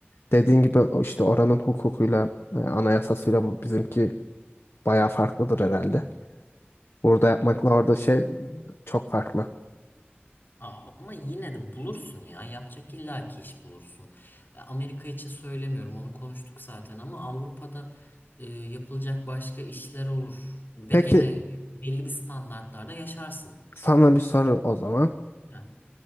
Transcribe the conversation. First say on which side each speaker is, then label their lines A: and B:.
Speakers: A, on the left; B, on the left.
A: dediğin gibi o işte oranın hukukuyla, e, anayasasıyla bu bizimki bayağı farklıdır herhalde. Burada yapmakla orada şey çok farklı.
B: Aa, Ama yine de bulursun ya. Yapacak illaki iş bulursun. E, Amerika için söylemiyorum. Onu konuştuk zaten ama Avrupa'da e, yapılacak başka işler olur. Ve
A: Peki
B: gene belli bir standartlarda yaşarsın.
A: sana bir soru o zaman.
B: Ha.